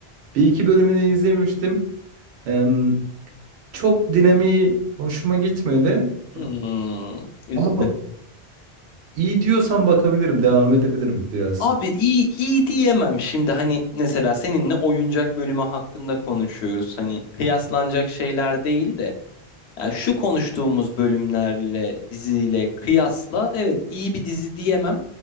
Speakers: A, on the right (about 85°); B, on the left (about 85°).
A: bir iki bölümünü izlemiştim. Em, Çok dinamiği hoşuma gitmedi.
B: Hmm,
A: Yani
B: üzdü.
A: Ama bu- iyi diyorsan bakabilirim, devam edebilirim biraz.
B: Abi iyi iyi diyemem şimdi hani mesela seninle oyuncak bölümü hakkında konuşuyoruz. Hani kıyaslanacak şeyler değil de yani şu konuştuğumuz bölümlerle diziyle kıyasla evet iyi bir dizi diyemem